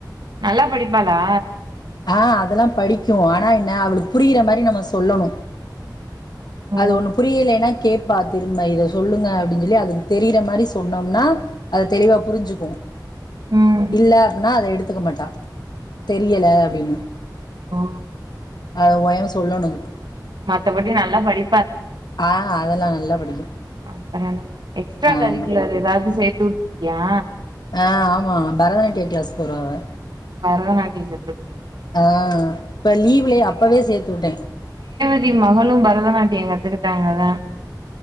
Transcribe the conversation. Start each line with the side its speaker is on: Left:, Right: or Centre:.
Right: நல்லா படிப்பாலா
Left: ஆ அதெல்லா படிக்கு ஆனா என்ன அவளுக்கு புரியிற மாரி நம்ம சொல்லணு
Right: ஓ
Left: அது ஒண்ணு புரியலேனா கேப் பா திரும்ப இத சொல்லுங்க அப்டின் சொல்லி அதுக்கு தெரியிற மாரி சொன்னோம்னா அத தெளிவா புரிஞ்சுக்கு
Right: ம்
Left: இல்ல அப்டின்னா அத எடுத் த்துக்க மாட்டா தெரியல அப்டின்னு
Right: ஆ
Left: அத ஒயாம சொல்லனு அதுக்கு
Right: மத்தபடி நல்லா படி
Left: ஆ அதெல்லா நல்லா நல்லா படிக்கு
Right: அப்ற என்ன எக்ஸ்ட்ரா
Left: ஆமா
Right: கரிகுலர் ஏதாவது சேத் ட்டுருக்கியா
Left: ஆ ஆமா பரதநாட்டிய கிளாஸ் போறா அவ
Right: பரதநாட்டியம் ச
Left: ஆ இப்ப லீவ்லயே அப்பவே சேத்து வுட்டே
Right: எ மகளும் பரதநாட்டிய கத்துக்கிட்டாங்களா